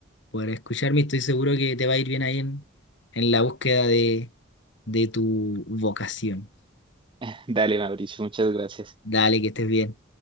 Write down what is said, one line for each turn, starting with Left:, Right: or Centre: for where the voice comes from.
Left: por escucharme. Estoy seguro que te va a ir bien ahí en, en la búsqueda de, de tu vocación.
Right: <laughs> Dale, Mauricio, muchas gracias.
Left: Dale, que estés bien.